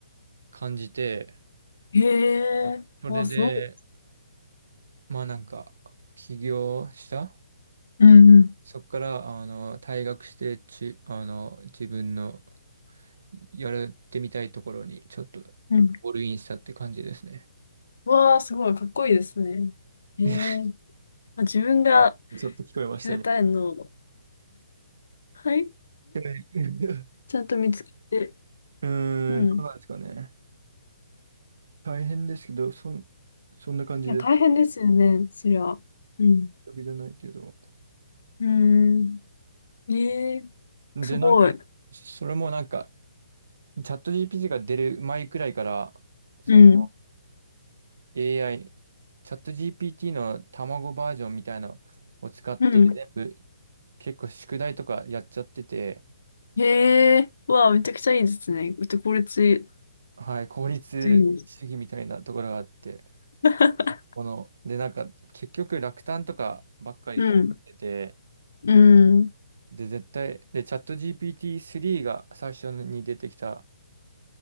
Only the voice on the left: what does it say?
へえー、
わあ、すごい。
うんうん。
うん。
わあ、すごい。かっこいいですね。へえ
まあ、自分が
やりたいのを、
はい、ん
ちゃんと見つけて。
うん。
いや、大変ですよね、そりゃ。うん。
うーん。ええ
すごい。
うん。
うん。
へえうわあ、めちゃくちゃいいですね。うち、効率い
い <laughs> んです。<laughs>
うん。うん。